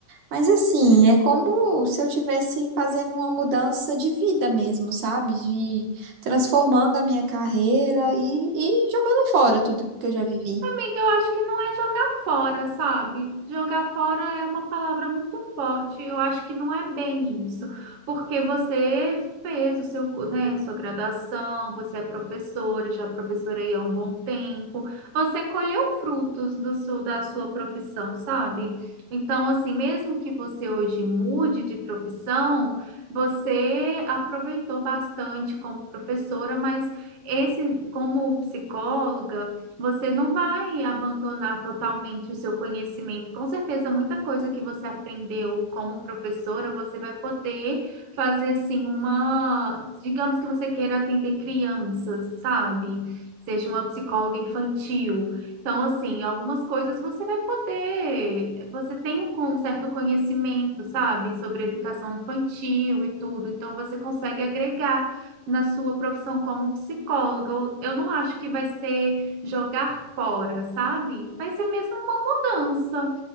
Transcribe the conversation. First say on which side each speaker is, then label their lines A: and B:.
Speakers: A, on the right; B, on the right.
A: Mas assim, é como se eu tivesse fazendo uma mudança de vida mesmo, sabe? De transformando a minha carreira e, e jogando fora tudo que eu já vivi.
B: Amiga, eu acho que não é jogar fora, sabe? Jogar fora é uma palavra muito forte. Eu acho que não é bem isso, porque você fez o seu, cu- né, a sua graduação, você é professora, já professorei há um bom tempo. Você colheu frutos do seu, da sua profissão, sabe? Então, assim, mesmo que você hoje mude de profissão, você aproveitou bastante como professora, mas esse, como psicóloga você não vai abandonar totalmente o seu conhecimento. Com certeza, muita coisa que você aprendeu como professora, você vai poder fazer assim uma, digamos que você queira atender crianças, sabe? Seja uma psicóloga infantil. Então, assim, algumas coisas você vai poder, você tem um con- certo conhecimento, sabe, sobre educação infantil e tudo, então você consegue agregar na sua profissão como psicóloga. Eu eu não acho que vai ser jogar fora, sabe? Vai ser mesmo uma mudança,